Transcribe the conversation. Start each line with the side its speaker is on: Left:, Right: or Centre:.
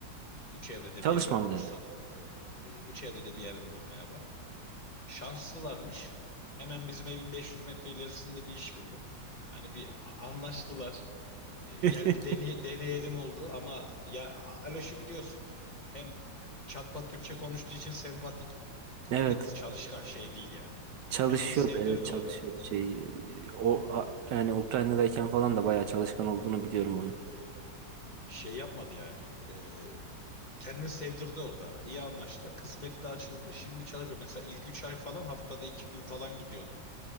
Left: Bu çevrede
Right: Çalışma
Left: bir yerde
Right: mı
Left: bulursan
Right: dedi?
Left: e, bu çevrede bir yerde bulmaya bak. Şanslılarmış. Hemen bizim evin 500 metre ilerisinde bir iş buldu. Hani bir a- anlaştılar. E, Gel
Right: <laughs>
Left: bir deney- deneyelim oldu ama ya Aloş'u biliyorsun. Hem çatpat Türkçe konuştuğu için sempatik.
Right: Evet.
Left: Hem de kız çalışkan şey değil yani.
Right: Çalışıyordu
Left: Kendini sevdirdi
Right: evet çalışıyordu
Left: orada.
Right: şey o a- yani Ukrayna'dayken falan da bayağı çalışkan olduğunu biliyorum onun.
Left: Şey yapmadı yani. Ee, kendini sevdirdi orada. İyi anlaştılar. Kısmeti de açıldı. Şimdi çalışıyor. Mesela ilk 3 ay falan haftada 2 gün falan gidiyordu.